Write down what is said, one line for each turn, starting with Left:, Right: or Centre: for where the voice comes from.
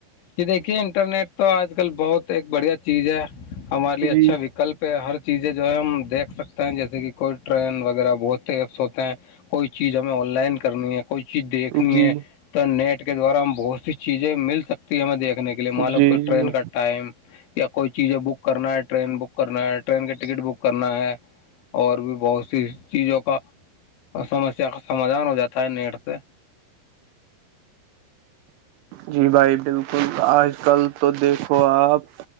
Left: جی دیکھیے انٹرنیٹ تو آج کل بہت ایک بڑھیا چیز ہے ہمار لیے اچھا
Right: جی
Left: وکلپ پہ ہر چیزیں جو ہے ہم دیکھ سکتے ہیں جیسے کہ کوئی ٹرین وغیرہ بہت ایپس ہوتے ہیں کوئی چیز ہمیں آن لائن کرنی ہے کوئی چیز دیکھنی
Right: جی
Left: ہے تو نیٹ کے دوارا ہم بہت سی چیزیں مل سکتی ہے ہمیں دیکھنے کا لیے
Right: جی
Left: مان لو کو ٹرین
Right: جی
Left: کا ٹائم یا کوئی چیزیں بک کرنا ہے ٹرین بک کرنا ہے ٹرین کے ٹکٹ بک کرنا ہے اور بھی بہت سی چیزوں کا سمسیا کا سمادھان ہو جاتا ہے نیٹ سے
Right: جی بھائی بالکل آج کل تو دیکھو آپ